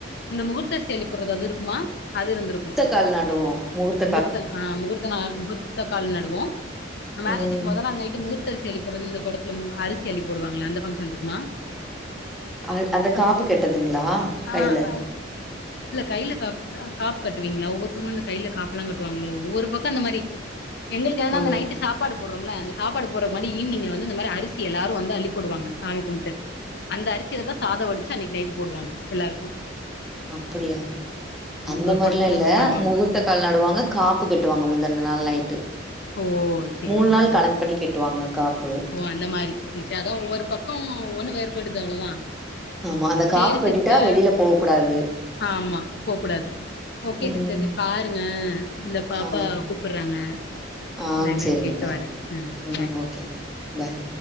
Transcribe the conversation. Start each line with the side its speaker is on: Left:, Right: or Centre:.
Left: இந்த முகூர்த்த செயலி போறது அது இருக்குமா அது இருந்துருக்கு
Centre: கல்நடுவோ முகூர்த்
Left: முகூர்த்த அ முகூர்த்த நாள் முகூர்த்த கால் நடுவோ மேரேஜுக்கு
Centre: ம்
Left: மொத நாள் நைட்டு முகூர் த்த செயலி போறது இந்த கொடத்துல மு அரிசி அள்ளி போடுவாங்களல அந்த ஃபங்ஷன்ருக்குமா
Centre: அ அந்த காப்பு கெட்டதுங்களா
Left: ஆ
Centre: கைல
Left: அ இல்ல கையில காப் க காப் கட்டுவீங்களா ஒவ்வொருத்தங்க அந்த கையில காப்புலா கட்டுவாங்களோ ஒவ்வொரு பக்கோ அந்த மாறி எங்களுக்கு ஆனா
Centre: ஆ
Left: அந்த நைட்டு சாப் ப்பாடு போடுறோம்ல அந்த சாப்பாடு போட்ற மாரி ஈவினிங்ல வந்து இந்த மாரி அரிசி எல்லாரு வந்து அள்ளிப்போடுவாங்க சாமி கும்ட்டு அந்த அரிசியிலதா சாத வடிச்சு அன்னைக்கு நைட்டு போடுவாங்க எல்லாருக்கு
Centre: அப்படியா அந்த
Left: ஒரு
Centre: மாரில்லா
Left: குடத்துல
Centre: இல்ல
Left: வச்சு பண்ணுவாங்க
Centre: முகூர்த்த கால் நடுவாங்க காப்பு கெட்டுவாங்க முந்திண நாள் நைட்டு
Left: ஓ சரி
Centre: மூணு
Left: சரி
Centre: நாள்
Left: சரி
Centre: கணக்கு பண்ணி கெட்டுவாங்க காப்
Left: ஓ அந்த மாரி சச்சி அதா ஒவ்வொரு பக்கம் ஒ ஒண்ணு வேறுபடுது அவ்ளவுதா
Centre: ஆமா. அந்த காப்பு
Left: சேரி
Centre: கட்டிட்டா
Left: சிஸ்டர்
Centre: வெளில போகக்கூடாது.
Left: ஆமா போக்கூடாது ஓகே
Centre: ம்.
Left: சிஸ்டர்ஸ் பாருங்க இந்த பாப்பா
Centre: ஆ,
Left: கூப்புறாங்க
Centre: ஆ
Left: இந்த என்னனு
Centre: சரிங்க
Left: கேட்டு
Centre: பாருங்க.
Left: வரே ம் சா
Centre: ஓகேங்க பாய்